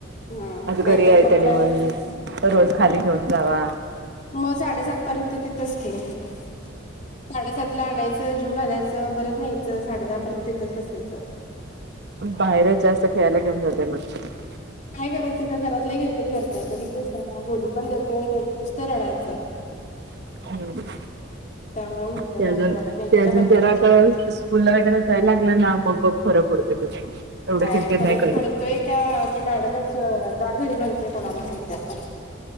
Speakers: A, on the left (about 40°); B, on the right (about 55°).
A: हां
B: आज
A: नाही
B: घरी
A: तर
B: आहे
A: मग
B: त्यानी
A: काय
B: मग रोज खाली घेऊन जावा
A: मग साडेसात पर्यंत तिथच की साडेसात तिथन आणायचं, जेवु घालायचं परत न्यायचं साडे दहा पर्यंत तिथंच बसायचं.
B: बाहेरच जास्त खेळायला घेऊन जाताय मग
A: काय करायचंय आता घरातलं घर केिरी करतय बघितलीस ना काय बोलू पण देत नाही नुसतं रडायचं.
B: हम्.
A: त्यामुळे म्हटलं
B: ते
A: जाऊ
B: अजून
A: दे बाबा नेलेलं
B: ते अजून
A: परवडतय.
B: त्याला आता स्कूलला वगैरे जायला लागलं ना मग बघ फरक पडतो तुझ एवढं
A: काय
B: किरकिर
A: फरक
B: नाही करत.
A: पडतोय का ते मॅडमच जा घरी म्हणते कोणाला माहिती आता